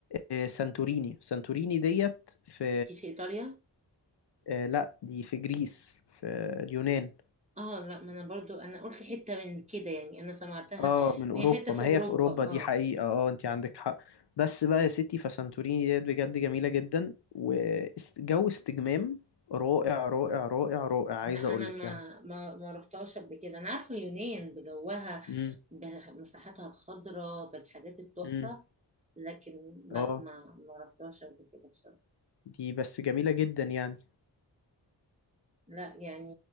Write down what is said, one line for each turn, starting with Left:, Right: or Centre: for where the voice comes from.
Left: آه، سانتوريني سانتوريني ديت في
Right: دي في ايطاليا
Left: آه، لا دي في جريس في اليونان
Right: اه لا ما انا برضو انا قلت حتة من كده يعني انا سمعتها
Left: اه من
Right: ان
Left: اوروبا
Right: هي حتة في
Left: ما
Right: اوروبا
Left: هي في اوروبا
Right: اه
Left: دي حقيقة اه انت عندك حق بس بقى يا ستي فسانتوريني ديت بجد جميلة جدا وجو استجمام رائع رائع رائع رائع عايز
Right: لا انا
Left: اقولك
Right: ما
Left: يعني
Right: ما ما رحتهاش قبل كده انا عارفة اليونان بجوها
Left: امم
Right: بمساحاتها الخضراء بالحاجات التحفة
Left: امم
Right: لكن لا
Left: اه
Right: ما ما رحتهاش قبل كده بصراحة
Left: دي بس جميلة جدا يعني
Right: لا يعني